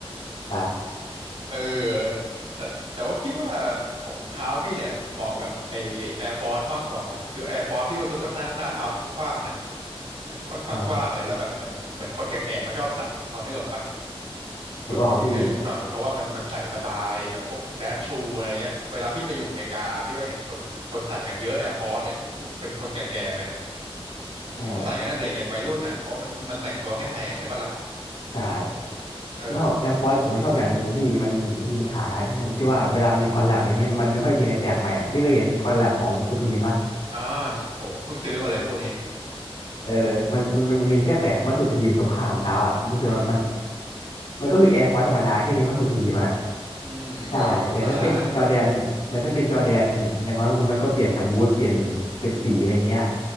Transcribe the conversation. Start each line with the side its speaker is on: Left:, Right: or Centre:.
Left: ใช่
Right: <laughs> เออแต่แต่ว่าพี่ว่าของเท้าพี่เนี่ยเหมาะกับไอ Air Force มากกว่าว่ะคือ Air Force พี่ก็รู้สึกว่าถ้าหน้าเท้ามันก็กว้างนะมันค่อนข้างกว้างเลยแล้วแบบเหมือนเหมือนคนแก่ๆเขาชอบใส่พอนึกออกปะ
Left: ใช่
Right: คนคนที่มีอายุหน่อยเพราะว่ามันมันใส่สบายแบบพวกแดชชูอะไรเงี้ยเวลาพี่ไปอยู่อเมริกาพี่ก็เห็นคนคนใส่กันเยอะ
Left: นึกออกพี่
Right: Air Force เนี่ยเป็นผู้เป็นคนแก่ๆเลย อืมเขาใส่กันตั้งแต่เด็กยันวัยรุ่นน่ะเพราะมันมันแต่งตัวง่ายอะใช่ปะล่ะ
Left: ใช่ใช่
Right: เออ
Left: แล้วแอร์ฟอร์ผมชอบอย่างหนึ่งพี่มันมีปัญหาที่ผมที่ว่าเวลามีคอลแลบอะไรเงี้ยมันไม่ค่อยมีอะไรแปลกใหม่อ่ะพี่เคยเห็นคอลแลบของสุพีมะ
Right: อ่าโอ้โหเพิ่งซื้อมาเลยคู่นี้
Left: เออมันมันมันมีแค่แปะคำว่าสุพีมตรงข้างของเท้าอ่ะรู้สึกว่ามัน
Right: อืม
Left: มันก็คือแอร์ฟอร์ธรรมดาแค่มีคำว่าสุพีมอะ
Right: อืมก็ก็ใช่
Left: ใช่อย่างถ้าเป็นจอร์แดนแต่ถ้าเป็นจอร์แดนอย่างน้อยมันก็มันก็เปลี่ยนสมูทเปลี่ยนเป็นสีอะไรเงี้ย